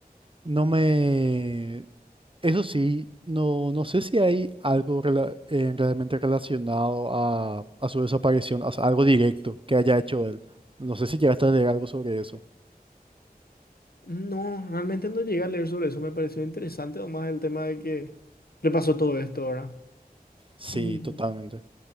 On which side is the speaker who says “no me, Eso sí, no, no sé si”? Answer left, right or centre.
Right